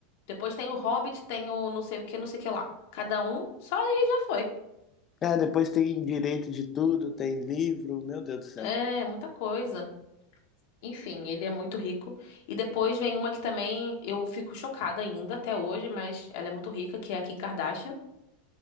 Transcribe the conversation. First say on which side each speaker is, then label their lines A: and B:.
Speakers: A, on the left; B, on the left.
A: Depois tem o Hobbit, tem o não sei o que, não sei o que lá. Cada um, só aí já foi.
B: É, depois tem direito de tudo, tem livro, meu Deus do céu.
A: É, muita coisa. Enfim, ele é muito rico. E depois vem uma que também eu fico chocada ainda até hoje, mas ela é muito rica, que é a Kim Kardashian.